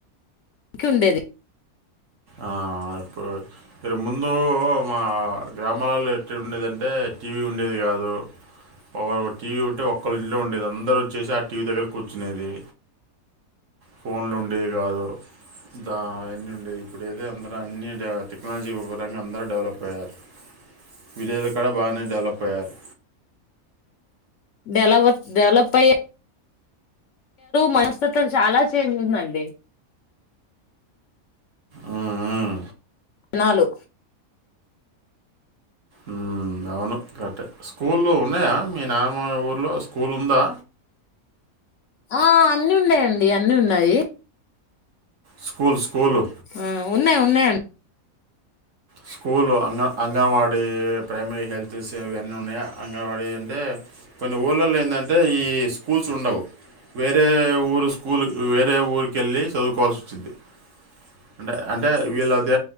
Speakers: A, on the left; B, on the right.
A: ఉండేది.
B: ఆ ఇ ఇరు ముందు మా గ్రామాలలో ఎట్లా ఉండేదంటే టీవీ ఉండేది కాదు. ఒకరు టీవీ ఉంటే ఒళ ఇంట్లో ఉండేది అందరు వచ్చేసి ఆ టీవీ దగ్గర కూర్చునేది ఫోన్లు ఉండేది కాదు దా అన్నీ ఉండేవి. ఇప్పుడైతే అందరూ అన్ని టెక్నాలజీ పరంగా అందరూ డెవలప్ అయ్యారు విలేజ్లు కూడా బాగానే డెవలప్ అయ్యారు.
A: డెలా డెవలప్ అయ్యే. మనస్తత్వం చాలా చేంజ్ ఉందండి.
B: ఉమ్ ఉం
A: నాలు
B: ఉమ్ అవును కరెక్టే. స్కూల్లు ఉన్నాయా మీ నానమ్మ. మా ఊర్లో స్కూల్ ఉందా.
A: ఆ అన్నీ ఉన్నాయండి అన్ని ఉన్నాయి.
B: స్కూల్ స్కూళ్లు.
A: ఆ ఉన్నాయి ఉన్నాయండి
B: స్కూలు అంగ అంగన్వాడీ. ప్రైమరీ హెల్త్ ఇవన్నీ ఉన్నాయా అంగన్ వాడి ఏ అంటే కొన్ని ఊర్ళలో ఏంటంటే ఈ స్కూల్స్ ఉండవు. వేరే ఊరు స్కూల్ వేరే ఊరిక వెళ్ళి చదువుకోవాల్సి వచ్చిది. అంటే అంటే వీళ్ళది